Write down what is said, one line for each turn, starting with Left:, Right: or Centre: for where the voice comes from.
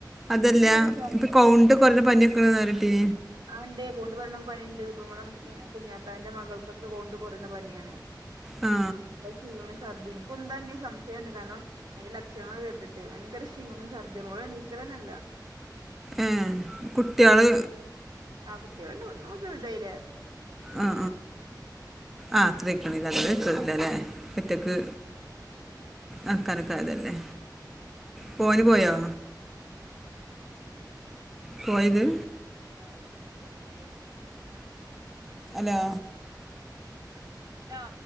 Centre: അതല്ല..
Right: കേസായി
Centre: ഇപ്പൊ കൗണ്ട് കൊറഞ്ഞ പനി ഒക്കെണ് പറഞ്ഞിട്ട്
Right: ആ ഇണ്ട് കൊണ്ട് <inaudible> വന്നപ്പം പനിയുണ്ട് ഇപ്പമ <inaudible> <inaudible> കുഞ്ഞാത്താന്റെ മകൾക്കൊക്കെ കൗണ്ട് കുറഞ്ഞപനിയാണ്..
Centre: ആ
Right: നല്ല തിന്നണം <inaudible> സംശയമുണ്ട് കാരണം അതിന്റെ ലക്ഷണങ്ങള് കേട്ടിട്ട് ഭയങ്കര -ക്ഷ പിന്നെ ശർദ്ദി മോളെണിക്കണില്ല.
Centre: ഏ... കുട്ട്യാള്
Right: ആ കുട്ടികളുണ്ട് <inaudible> ലെ
Centre: അ ആ.. <inaudible> ഒറ്റക്ക് അനക്കനക്കായതല്ലേ പോന് പോയോ?
Right: <inaudible>
Centre: പോയത്?
Right: ഞ്ഞ് അവളൊക്കും കുട്ടളൊക്കെ എന്തെയ്?
Centre: അലോ..
Right: ഹലോ..